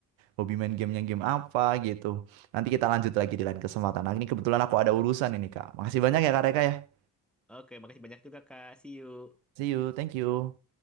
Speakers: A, on the right; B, in the centre.
A: hobi main gamenya game apa gitu. Nanti kita lanjut lagi di lain kesempatan. Nah, ini kebetulan aku ada urusan ini, Kak. Makasih banyak ya, Kak Reka ya.
B: Oke, makasih banyak juga Kak. See you.
A: See you, thank you.